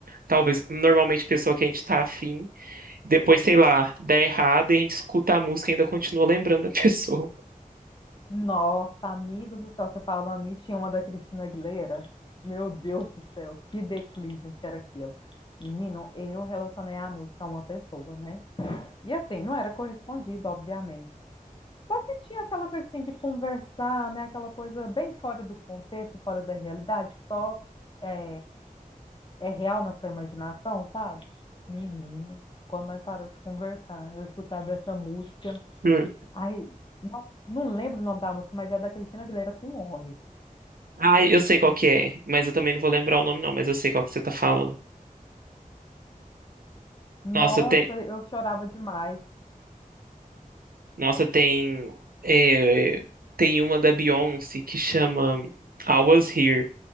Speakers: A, on the right; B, on the left.
A: talvez, normalmente pessoa que a gente tá afim, depois, sei lá, dá errado e a gente escuta a música e ainda continua lembrando da <laughs> pessoa.
B: Nossa, amigo do céu, você falando isso, tinha uma da Cristina Aguilera. Meu Deus do céu, que declínio que era aquilo. Menino, eu relacionei a música a uma pessoa, né? E assim, não era correspondido, obviamente. Só que tinha aquela coisa assim de conversar, né? Aquela coisa bem fora do contexto, fora da realidade, que só é, é real na sua imaginação, sabe? Menino, quando nós parou de conversar, eu escutava essa música.
A: Hum.
B: Ai, não, não lembro o nome da música, mas é da Cristina Aguilera com Homem.
A: Ah, eu sei qual que é, mas eu também não vou lembrar o nome, não, mas eu sei qual que você tá falando.
B: Nossa,
A: Nossa, tem,
B: eu chorava demais.
A: Nossa, tem, é, tem uma da Beyoncé que chama I Was Here.